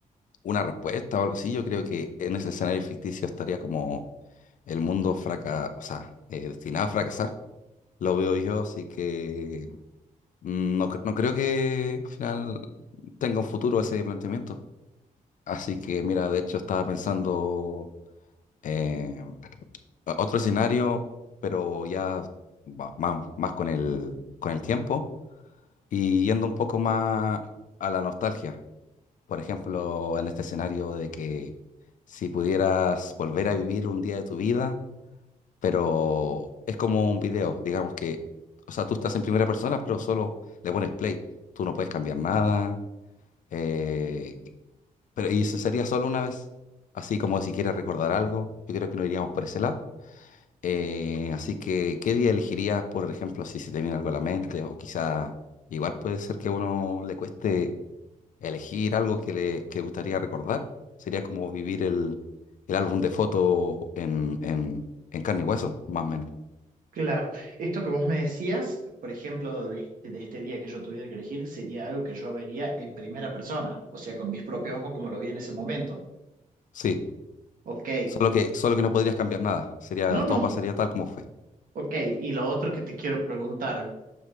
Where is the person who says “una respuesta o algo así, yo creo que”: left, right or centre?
Left